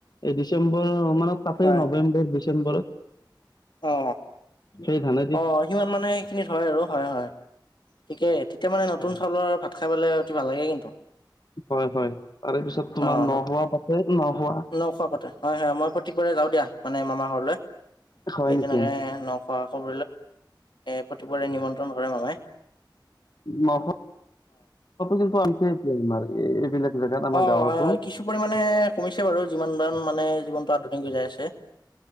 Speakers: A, on the left; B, on the left.
A: এই ডিচেম্বৰ মানে কাাটেই
B: হয়
A: নৱেম্বৰ ডিচেম্বৰত।
B: অ।
A: সেই থানে।
B: অ সিমান মানে সেইখিনিত হয় আৰু হয় হয়। থিকে ঠিকে মানে নতুন
A: হয়
B: চাউলৰ ভাত খাইলে অতি ভাল লাগে কিন্তু।
A: হয় হয় তাৰে পিছত তোমাৰ
B: অ
A: নহোৱা
B: নতু
A: পাতে নহোৱা
B: নখোৱা পাতে হয় হয় মই প্ৰক- যা দিয়া মানে মামাৰলৈ
A: হয়
B: এই
A: নেকি
B: তেনেকৈ নখোৱা খ প্ৰতিবৰে নিমন্ত্ৰণ কৰে মানুহে।
A: ম কিন্তু আনছেতি আমাৰ এইবিলাক জেগাত আমাৰ
B: অ
A: গাঁৱতো
B: হয় হয় কিছু পৰিমামানে কমিছে বাৰু যিমান দাৰ মানে যিমান- দুনকৈ যাই আছে